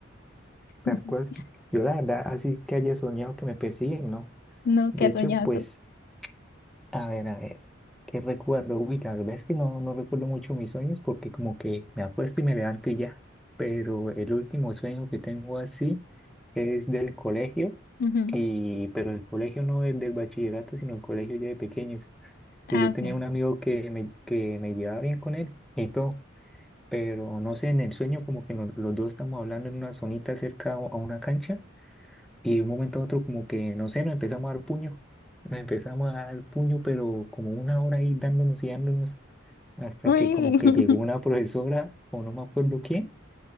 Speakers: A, in the centre; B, on the left (about 50°).
A: tal
B: <laughs>
A: cual. Yo la verdad, así que haya soñado que me persiguen, no.
B: No,
A: De
B: ¿qué has
A: hecho,
B: soñado
A: pues
B: tú?
A: A ver, a ver, ¿qué recuerdo? Uy, la verdad es que no, no recuerdo mucho mis sueños porque como que me acuesto y me levanto y ya. Pero el último sueño que tengo así es del colegio,
B: Ujú.
A: y, pero el colegio no es del bachillerato, sino el colegio ya de pequeños. Que
B: Ah,
A: yo
B: ok.
A: tenía un amigo que me, que me llevaba bien con él y todo, pero no sé, en el sueño como que no- los dos estamos hablando en una zonita cerca a a una cancha y de un momento a otro como que, no sé, nos empezamos a dar puño. Nos empezamos a dar puño, pero como una hora ahí dándonos y dándonos hasta
B: Uy.
A: que como que
B: <laughs>
A: llegó una profesora o no me acuerdo quién